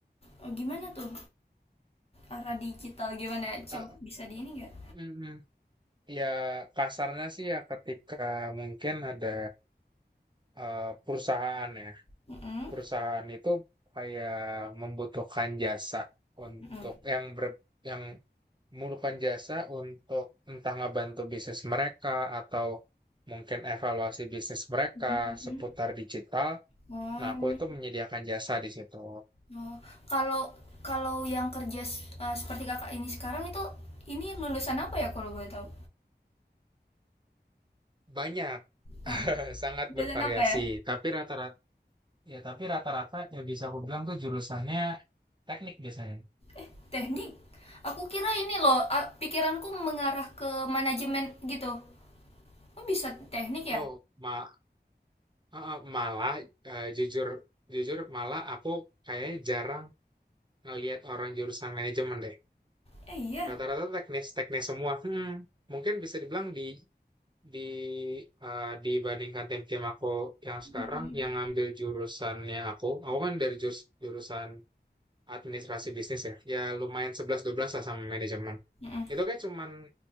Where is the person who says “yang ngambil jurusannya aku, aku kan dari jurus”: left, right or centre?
Right